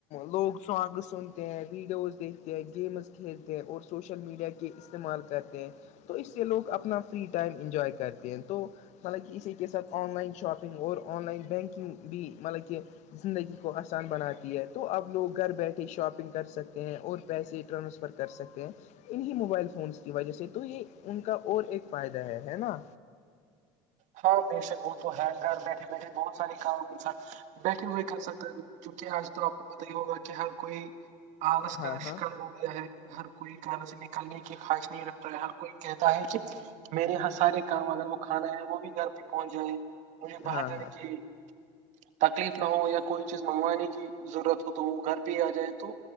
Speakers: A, on the left; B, on the right.
A: لوگ سانگ سنتے ہیں ویڈیوز دیکھتے ہیں گیمز کھیلتے ہیں اور سوشل میڈیا کے استعمال کرتے ہیں تو اس سے لوگ اپنا فری ٹائم انجوائے کرتے ہیں تو مطلب کہ اسی کے ساتھ آن لائن شاپنگ اور آن لائن بینکنگ بھی مطلب کہ زندگی کو آسان بناتی ہے تو اب لوگ گھر بیٹھے شاپنگ کر سکتے ہیں اور پیسے ٹرانسفر کر سکتے ہیں انہیں موبائل فونس کی وجہ سے تو یہ ان کا اور ایک فائدہ ہے ہے نا
B: ہاں بے شک وہ تو ہے گھر بیٹھے بیٹھے بہت سارے کام انسان بیٹھے ہوئے کر سکتا ہے کیونکہ آج تو آپ کو پت ہی ہوگا کہ ہر کوئی آلس
A: ہاں
B: کا ر
A: ہاں
B: شکن ہو گیا ہے ہر کوئی کہاں سے نکالنے کی خواہش نہیں رکھتا ہے ہر کوئی کہتا ہے کہ میرے یہاں سارے کام اگر وہ کھانا ہے وہ بھی گھر پہ پہنچ جائیں مجھے
A: ہاں
B: باہر جانے
A: ہاں
B: کےے تکلیف نہ ہو یا کوئی چیز منگوانے کی ضرورت ہو تو وہ گھر پہ ہی آ جائے تو